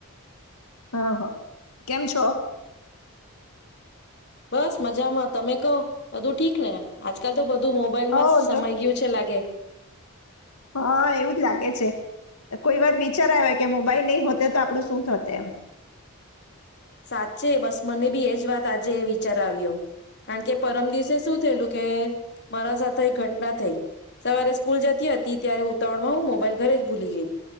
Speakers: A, on the left (about 80°); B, on the left (about 50°).
A: હા હા કેમ છો
B: બસ મજામાં તમે કહ બધું ઠીક ને આજકાલ તો બધ ધું મોબાઈલમાં
A: હો
B: સય
A: જો
B: ગયું છે લાગે
A: હા એવું જ લાગે છે કોઈ વાર વિચારાય હોય કે મોબાઈલ નહી હોતે તો આપડું શું થત એમ
B: સાચે બસ મને બી એજ વાત આજે વિચાર આવ્યો કારણ કે પરમ દિવસે શું થયેલું કે મારા સાથે એક ઘટના થઈ સવારે સ્કૂલ જતી હતી ત્યારે ઉતાવળ માં હું મોબાઈલ ઘરે જ ભૂલી ગઈ